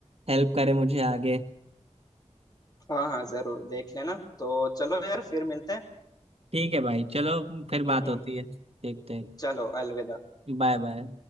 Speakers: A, on the right; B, on the left.
A: हेल्प करे मुझे आगे
B: हाँ हाँ जरूर देख लेना तो चलो यार फिर मिलते हैं
A: ठीक है भाई चलो फिर बात
B: हम्म
A: होती है ठीक ठीक
B: चलो अलविदा
A: Bye bye